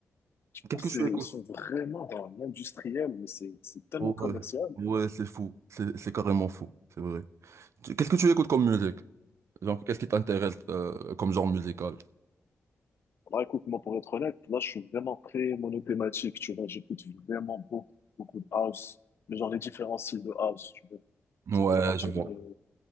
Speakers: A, on the left; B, on the right.
A: je
B: Qu'est-ce
A: pense
B: que tu
A: que c'est-
B: écoutes?
A: ils sont vraiment dans l'industriel, mais c'est c'est tellement
B: Ouais,
A: commercial.
B: ouais, c'est fou. C'est c'est carrément fou, c'est vrai. Tu- Qu'est-ce que tu écoutes comme musique? Genre, qu'est-ce qui t'intéresse euh, comme genre musical?
A: Bah écoute, moi pour être honnête, là je suis vraiment très monothématique, tu vois, j'écoute vraiment beaucoup beaucoup de house, mais genre les différents styles de house, tu vois.
B: Ouais,
A: Ça peut partir
B: je vois.
A: de